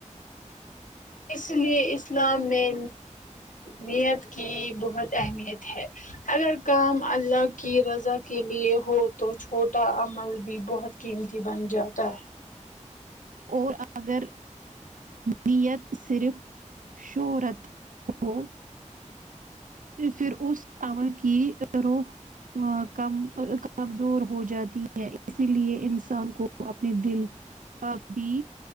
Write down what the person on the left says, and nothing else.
اس لیے اسلام میں نیت کی بہت اہمیت ہے اگر کام اللہ کی رضا کے لیے ہو تو چھوٹا عمل بھی بہت قیمتی بن جاتا ہے